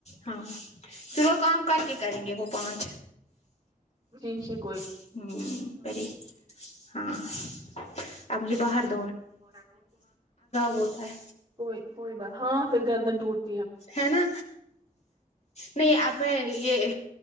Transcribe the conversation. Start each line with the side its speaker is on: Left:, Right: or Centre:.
Left: ہاں توھر وہ کام کر کے کریں گے وہ پانچ
Right: جی س <unintelligible>
Left: ہوں پری ہاں <unintelligible> آ مجھے بر <unintelligible>
Right: اں م
Left: ہوتا ہے
Right: کو کوئی بات ہاں پھر گردن ٹوٹ <unintelligible>
Left: ہے نا نہیں اب میں یہ